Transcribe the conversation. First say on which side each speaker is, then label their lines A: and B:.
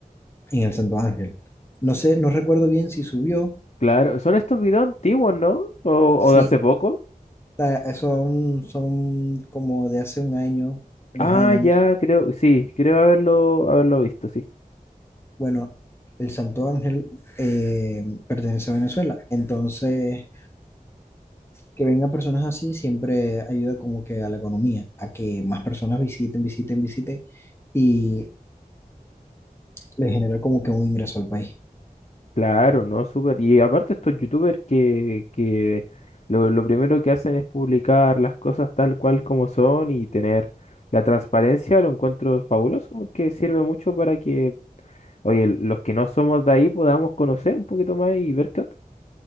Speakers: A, on the left (about 15°); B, on the left (about 45°).
A: en el Santo Ángel. No sé, no recuerdo bien si subió,
B: claro. ¿Son estos videos antiguos, no? ¿O,
A: sí,
B: o de hace poco?
A: ta- son, son como de hace un año, dos
B: Ah,
A: años.
B: ya,
A: ¿no?
B: creo, sí, creo haberlo, haberlo visto, sí.
A: Bueno, el Santo Ángel eh, pertenece a Venezuela, entonces que vengan personas así siempre ayuda como que a la economía, a que más personas visiten, visiten, visiten. Y le genera como que un ingreso al país.
B: Claro, no, súper. Y aparte estos youtubers que, que lo, lo primero que hacen es publicar las cosas tal cual como son y tener la transparencia, lo encuentro fabuloso porque sirve mucho para que, oye, los que no somos de ahí podamos conocer un poquito más y ver qué onda.